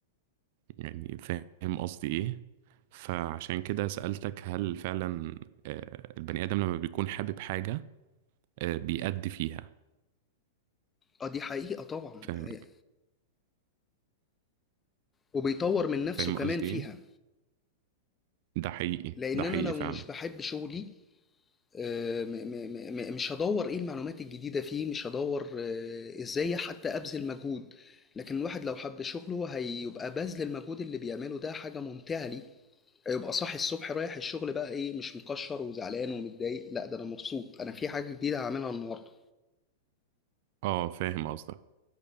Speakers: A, on the right; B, on the left.
A: يعني فاهم قصدي ايه فعشان كده سألتك هل فعلا آه، البني آدم لما بيكون حابب حاجة آه، بيأدي فيها
B: اه دي حقيقة طبعا
A: فاهم
B: آه، وبيطور من نفسه
A: فاهم
B: كمان
A: قصدي
B: فيها
A: ايه ده حقيقي
B: لأن
A: ده حقيقي
B: أنا لو
A: فعلا
B: مش بحب شغلي آه، م- م- م- مش هدور إيه المعلومات الجديدة فيه مش هدور آه، إزاي حتى أبذل مجهود لكن الواحد لو حب شغله هيبقى بذل المجهود اللي بيعمله ده حاجة ممتعة ليه هيبقى صاحي الصبح رايح الشغل بقى إيه مش مكشر وزعلان ومتضايق لا ده أنا مبسوط أنا في حاجة جديدة هعملها النهاردة
A: اه فاهم قصدك